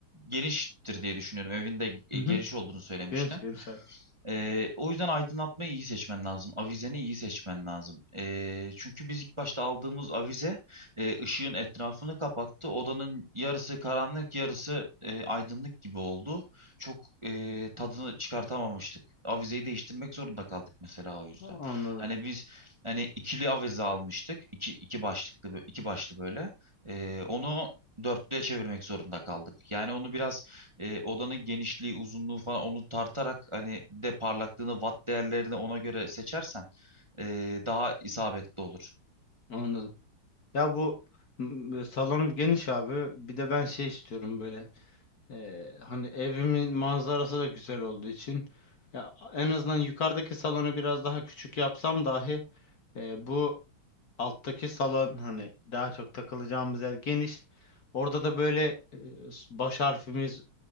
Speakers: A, on the right; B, on the left.
A: geniştir diye düşünüyorum. Evinde e,
B: Hı hı.
A: geniş olduğunu söylemiştin.
B: Geniş geniş abi.
A: Ee, o yüzden aydınlatmayı iyi seçmen lazım. Avizeni iyi seçmen lazım. Ee, çünkü biz ilk başta aldığımız avize e, ışığın etrafını kapattı. Odanın yarısı karanlık, yarısı e, aydınlık gibi oldu. Çok e, tadını çıkartamamıştık. Avizeyi değiştirmek zorunda kaldık mesela o yüzden.
B: Anladım.
A: Hani biz hani ikili avize almıştık. İki, iki başlıklı, bö- iki başlı böyle. Ee, onu dörtlüye çevirmek zorunda kaldık. Yani onu biraz e, odanın genişliği, uzunluğu falan onu tartarak hani bir de parlaklığını, watt değerlerini ona göre seçersen e, daha isabetli olur.
B: Anladım. Ya bu m, salonum geniş abi. Bir de ben şey istiyorum böyle. Ee, hani evimin manzarası da güzel olduğu için ya en azından yukarıdaki salonu biraz daha küçük yapsam dahi e, bu alttaki salon hani daha çok takılacağımız yer geniş. Orada da böyle e, baş harfimiz,